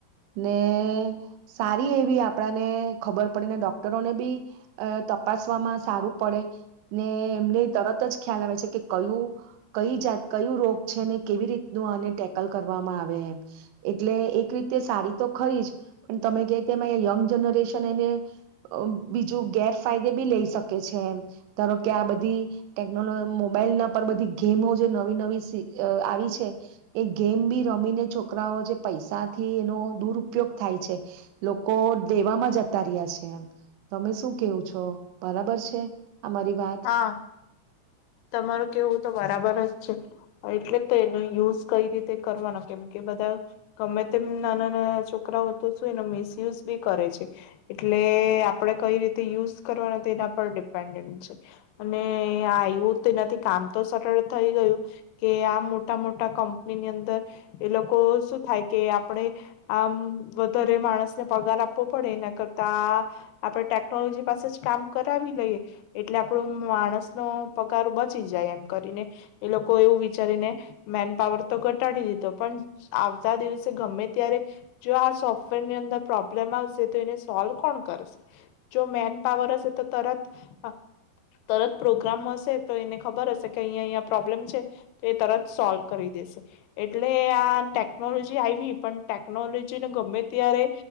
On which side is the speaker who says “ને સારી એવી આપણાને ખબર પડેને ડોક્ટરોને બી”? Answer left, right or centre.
Right